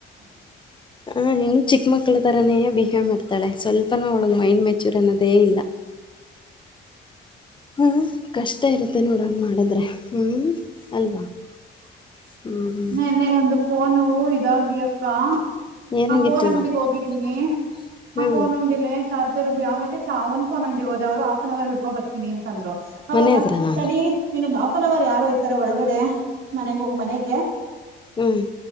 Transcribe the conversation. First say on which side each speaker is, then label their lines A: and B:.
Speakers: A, on the right; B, on the left.
A: <inaudible> <unintelligible>
B: ಹ ಇನ್ನು ಚಿಕ್ಕ ಮಕ್ಳ ಥರನೇ! ಬಿಹೇವ್ ಮಾಡ್ತಾಳೆ ಸ್ವಲ್ಪನು ಅವಳಗೆ ಮೈಂಡ್ ಮೆಚ್ಯೂರ್ ಅನ್ನೋದೇ ಇಲ್ಲ? <inaudible> ಹ ಕಷ್ಟ ಇರುತ್ತೆ ನೋಡೋಕ ಮಾಡಿದ್ರೆ ಹೂ ಅಲ್ವಾ? <inaudible> ಹ್ಞೂ
A: ನೆನ್ನೆ ಒಂದು ಫೋನು ಇದಾಗಿ ಅಕ್ಕ
B: ಏನಾಗಿತ್ತು
A: ಆ ಫೋನ್ ಅಂಗಡಿಗೆ ಹೋಗಿದ್ದ್. <inaudible> ಡುಮ್ಮಿ
B: ಹೋಗಿದ್ದೀನಿ.
A: ಆ
B: ಹ್ಞೂ
A: ಫೋನ್ ಅಂಗಡಿಲಿ ಚಾರ್ಜರ್ ಬಿ ಆಮೇಲೆ. <inaudible> ಚಾವಂತ ಅಂಗಡಿ ಹೋದೆ ಅವರು ಹಫ್ನ್ ಅವರ್ ಬಿಡ್ಕೊ ಬರ್ತೀನಿ ಅಂದರು? <inaudible> ಅವಾಗ
B: ಮನೆ ಹತ್ರನಾ
A: ತಡಿ ಇನ್ನೊಂದ್ ಹಾಫ್ ಅನ್ ಅವರ್ ಯಾರೋ ಹೋಗುತಾರೋ ಒಳಗಡೆ ಮನೆಗೆ ಹೋಗ ಮನೆಗೆ? <inaudible>
B: ಹ್ಮ್. <unintelligible>